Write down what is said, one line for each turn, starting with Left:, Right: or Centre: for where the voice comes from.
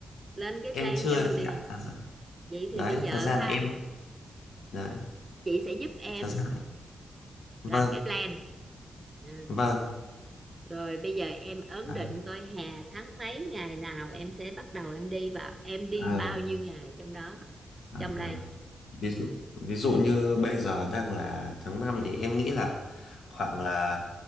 Right: lên cái
Left: em
Right: plan
Left: chưa
Right: cho mình
Left: chị
Right: đi
Left: ạ, thật ra,
Right: vậy thì
Left: đấy,
Right: bây giờ
Left: thật ra
Right: ha
Left: là em đấy,
Right: chị sẽ giúp em
Left: thật ra là vâng,
Right: làm cái plan Ừ.
Left: vâng,
Right: Rồi bây giờ em ấn
Left: đấy,
Right: định coi hè tháng mấy ngày nào em sẽ bắt đầu em đi và em đi
Left: ờ,
Right: bao nhiêu ngày trong đó
Left: ờ.
Right: trong
Left: ờ.
Right: đây
Left: ví dụ ví dụ như bây giờ đang là tháng 5 thì em nghĩ là khoảng là